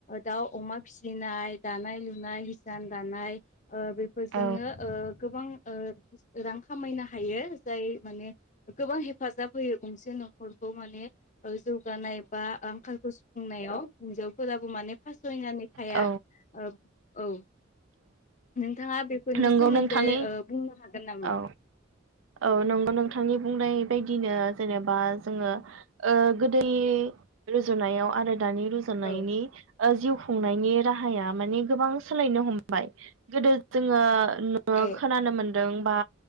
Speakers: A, on the left; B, on the right.
A: दाउ अमा फिसिनाय दानाय लुनाय हिसान दानाय बेफोरजोंनो
B: औ
A: गोबां रां खामायनो हायो जाय माने गोबां हेफाजाब होयो गंसे न'खरखौ माने जौगानाय बा आंखालखौ बुंनायाव हिनजावफोराबो माने फासयनानै थाया
B: औ
A: औ नै नोंथाङा बेफोरनि
B: नंगौ
A: सोमोन्दै
B: नोंथांनि
A: बुंनो हागोन नामा
B: औ औ नंगौ नोंथांनि
A: औ
B: बुंनाय बायदिनो ज जेनेबा ज गोद रुजुनायाव आरो दानि रुजनायनि
A: औ
B: जिउ खुंनायनि राहाया माने गोबां सोलायनो हमबाय गोदो जोङो
A: औ
B: खोनानो मोनदों बा